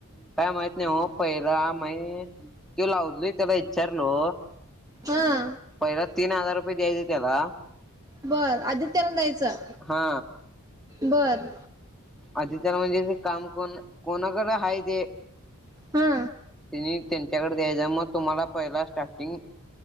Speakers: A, in the centre; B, on the right (about 15°).
A: काय माहित नाही हो. पहिला मैं त्यो लाव लई त्याला विच्चारलो
B: हा.
A: पहिला तीन हजार रुपये द्यायचे त्याला
B: बर. आदित्याला द्यायचं?
A: हा
B: बर.
A: आदित्यला म्हणजे ते काम कोण, कोणाकडे हाय ते.
B: हा.
A: तेनी त्यांच्याकड द्यायचं, म तुम्हाला पहिला स्टार्टिंग